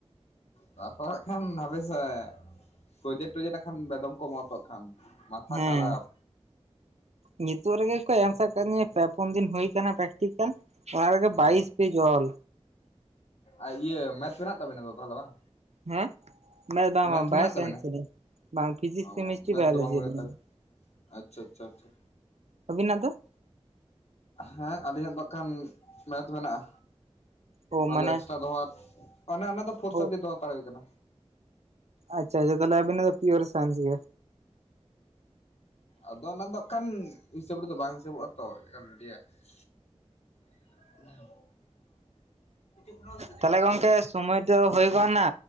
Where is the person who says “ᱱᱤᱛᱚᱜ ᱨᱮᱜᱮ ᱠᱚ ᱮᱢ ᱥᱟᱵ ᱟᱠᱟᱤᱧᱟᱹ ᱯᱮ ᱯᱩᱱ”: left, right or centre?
Right